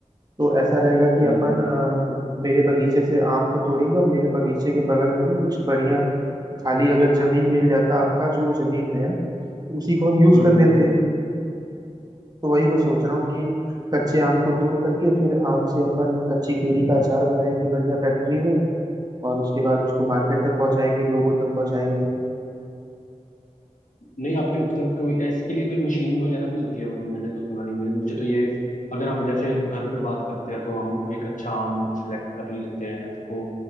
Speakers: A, on the right; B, on the left.
A: तो ऐसा रहेगा कि
B: हम्म
A: अपन
B: हम्म
A: अ, मेरे बगीचे से आम को तोड़ेंगे और मेरे बगीचे के बगल में ना कुछ बढ़िया खाली अगर जमीन मिल जाता आपका जो जमीन है उसी को हम यूज
B: हम्म
A: कर
B: हम्म,
A: लेते
B: हम्म।
A: तो वही मैं सोच रहा हूँ कि कच्चे आम को तोड़ करके फिर आम से अपन कच्ची केरी का अचार बनाएंगे बढ़िया फैक्ट्री में और उसके बाद उसको मार्केट तक पहुंचाएंगे लोगों तक पहुंचाएंगे
B: नहीं आपने मतलब कोई इसके लिए कोई मशीन वगैरह भी होती है मतलब मैंने तो सुना नहीं मेरे- मुझे तो ये अगर हम जैसे घर पे बात करते हैं तो हम एक अच्छा आम सिलेक्ट कर ही लेते हैं उसको